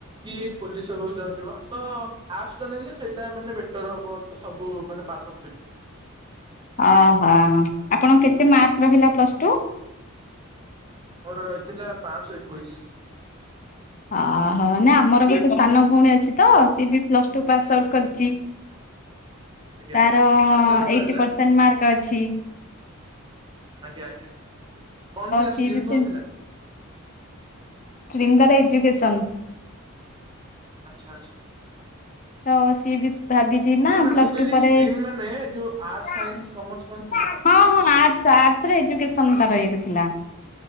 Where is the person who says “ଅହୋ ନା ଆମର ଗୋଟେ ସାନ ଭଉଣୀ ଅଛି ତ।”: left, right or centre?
Left